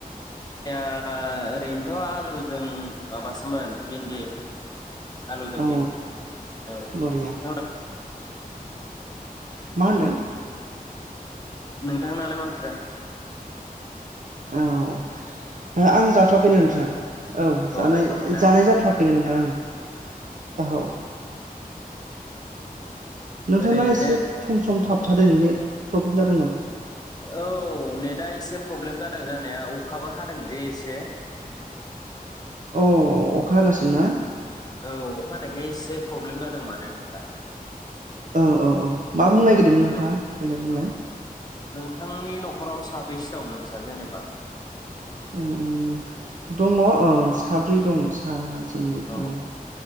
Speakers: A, on the left; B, on the right.
A: ओ ओरैनोथ' आलुजों माबासोमोन भिन्दि। आलुजों
B: औ
A: भिन्दि। औ
B: बरिया
A: नोंथाङा?
B: मा होनदों?
A: नोंथांनालाय मा ओंख्रि जाखो?
B: औ ओ आं जाथ थ'आखैनो नोंथां। औ जानाय
A: जाथ'वाखैना
B: जानाय जाथवाखैनो
A: औ
B: नोंथां ओं औ। नोंथांना
A: ओरैनो
B: एसे सम सम थाबथादों नेट प्रब्लेम जादों नामा?
A: औ नेटआ एसे प्रब्लेम जादों जानाया अखाबो हादों जे एसे
B: अ अखा हागासिनो ना?
A: औ अखा हानायखाय एसे प्रब्लेम जादों माने नेदा।
B: औ औ औ। मा बुंनो नागिरदोंमोन नोंथाङा?
A: औ
B: देेलाय बुंलाय।
A: औ नोंथांनि नखराव साबेसे दं नोंस्रा जेनेबा?
B: ओम दङो ओ साब्रै दं सा ओंफोरनाव।
A: औ